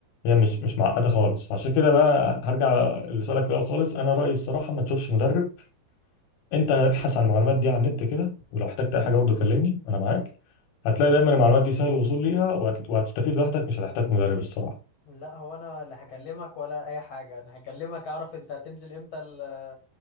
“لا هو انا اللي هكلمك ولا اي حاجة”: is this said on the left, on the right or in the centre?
Left